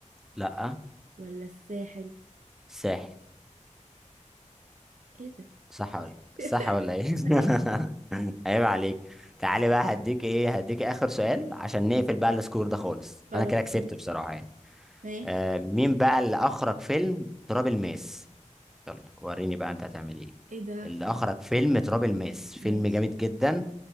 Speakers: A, in the centre; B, on the right (about 80°).
A: لا
B: ولا الساحل
A: ساحل
B: ايه ده
A: صح ولا
B: <laughs>
A: صح ولا ايه <laughs>
B: أيوة.
A: عيب عليك تعالي بقى هديك ايه هديك اخر سؤال عشان نقفل بقى السكور ده خالص
B: خلاص
A: انا كده كسبت
B: ماشي
A: بصراحة يعني
B: ماشي
A: آه مين بقى اللي اخرج فيلم تراب الماس يلا وريني بقى انت هتعمل ايه
B: ايه ده
A: اللي اخرج فيلم تراب الماس فيلم
B: ماشي
A: جامد جدا